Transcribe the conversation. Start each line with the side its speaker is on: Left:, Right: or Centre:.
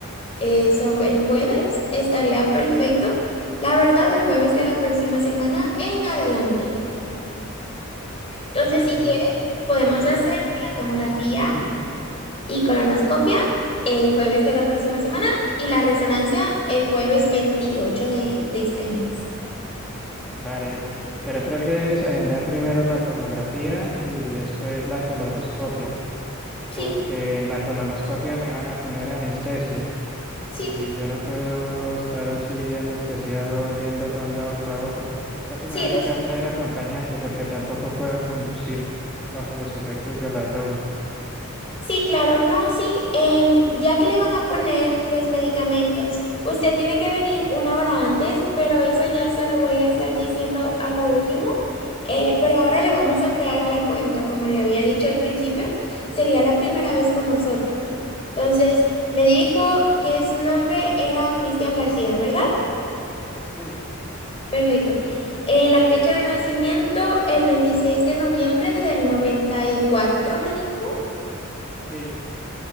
Left: Eso, el jueves estaría perfecto, la verdad, el jueves de la próxima semana en adelante. Entonces,
Centre: el
Left: si quieren, podemos
Centre: jueves
Left: hacer
Centre: de
Left: la
Centre: la próxima
Left: tomografía
Centre: semana.
Left: y colonoscopia el jueves de la próxima semana y la resonancia el jueves 28 de, de este mes.
Centre: Vale, pero creo que debes agendar primero la tomografía y después la colonoscopia,
Left: Sí,
Centre: porque en la colonoscopia me van a poner anestesia.
Left: sí,
Centre: y yo no puedo estar así anestesiado yendo para un lado y para otro. Creo que
Left: sí,
Centre: me va a tocar
Left: lo sé.
Centre: traer acompañante porque tampoco puedo conducir bajo los efectos de la droga.
Left: Sí, claro, no, sí. em, ya que le van a poner los medicamentos, usted tiene que venir una hora antes, pero eso ya se lo voy a estar diciendo a lo último. Eh, pero ahora le vamos a crear la cuenta, como le había dicho al principio, sería la primera vez con nosotros. Entonces, me dijo que su nombre era Cristian García, ¿verdad?
Centre: Sí,
Left: Perfecto. Eh, la fecha de nacimiento, el 26 de noviembre del 94 me dijo.
Centre: sí.